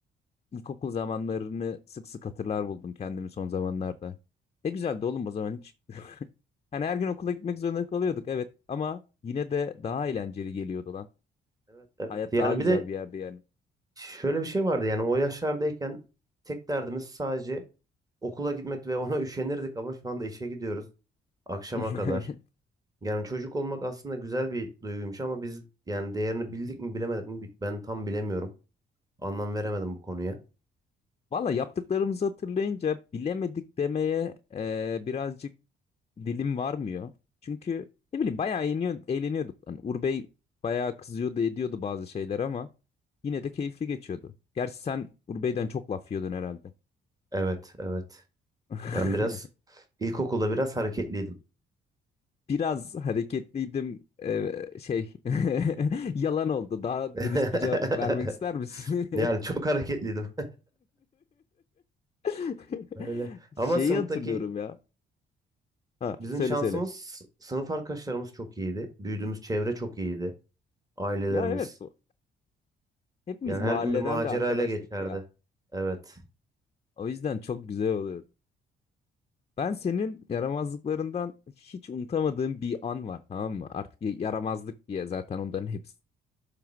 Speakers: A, on the left; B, on the right.
A: İlkokul zamanlarını sık sık hatırlar buldum kendimi son zamanlarda. Ne güzeldi oğlum o zaman hiç. Yani her gün okula gitmek zorunda kalıyorduk evet ama yine de daha eğlenceli geliyordu lan.
B: Evet evet.
A: Hayat
B: Yani
A: daha güzel
B: bir de
A: bir yerdi yani.
B: şöyle bir şey vardı yani o yaşlardayken tek derdimiz sadece okula gitmek ve ona <laughs> üşenirdik ama şu anda işe gidiyoruz akşama
A: <laughs>
B: kadar. Yani çocuk olmak aslında güzel bir duyguymuş ama biz yani değerini bildik mi bilemedik mi bi- ben tam bilemiyorum. Anlam veremedim bu konuya.
A: Valla yaptıklarımızı hatırlayınca bilemedik demeye eee, birazcık dilim varmıyor. Çünkü ne bileyim bayağı eğleniyor, eğleniyorduk. Hani Urbey bayağı kızıyordu ediyordu bazı şeyler ama yine de keyifli geçiyordu. Gerçi sen Urbey'den çok laf yiyordun herhalde.
B: Evet evet.
A: <laughs>
B: Ben biraz ilkokulda biraz hareketliydim.
A: Biraz hareketliydim. Ee, şey <laughs> yalan oldu. Daha
B: <laughs>
A: dürüst bir cevap vermek ister misin?
B: Yani çok hareketliydim.
A: <laughs>
B: Öyle. Ama
A: Şeyi
B: sınıftaki
A: hatırlıyorum ya. Ha,
B: bizim
A: söyle
B: şansımız
A: söyle.
B: sınıf arkadaşlarımız çok iyiydi. Büyüdüğümüz çevre çok iyiydi. Ailelerimiz.
A: Ya evet, o- hepimiz
B: Yani
A: mahalleden
B: her gün bir macera
A: de arkadaştık
B: ile geçerdi.
A: ya.
B: Evet.
A: O yüzden çok güzel oluyordu. Ben senin yaramazlıklarından hiç unutamadığım bir an var, tamam mı? Artık y- yaramazlık diye zaten onların hepsi